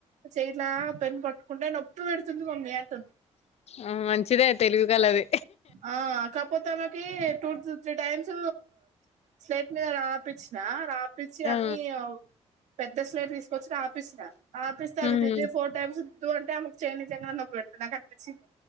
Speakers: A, on the right; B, on the left.
A: చేయి ఇట్లా పెన్ పట్టుకుంటే నొప్పి పెడుతుంది మమ్మీ అంటుండు
B: ఆ మంచిదే తెలివి కల్లది
A: ఆ కపోతే ఆమె కి టూ త్రీ టైమ్స్ స్లాట్ మీద రాపి చ్చిన రాపిచ్చి అన్ని
B: ఆ
A: పెద్ద స్లేట్ తీసుకొచ్చి రాపిచ్చిన ఆ పిస్తా
B: హ్మ్
A: అ దది ఫోర్ టైమ్స్ ఉద్దు అంటే ఆమెకు చెయ్ నిజంగా నొప్పి పెడుతది నాకు కనిపించింది